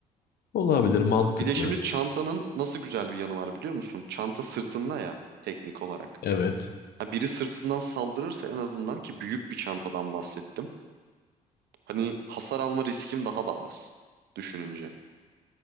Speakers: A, on the left; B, on the right.
A: Olabilir. Mantıklı.
B: Bir de şimdi çantanın nasıl güzel bir yanı var biliyor musun? Çanta sırtında ya teknik olarak.
A: Evet.
B: Ha, biri sırtından saldırırsa en azından ki büyük bir çantadan bahsettim. Hani hasar alma riskim daha da az düşününce.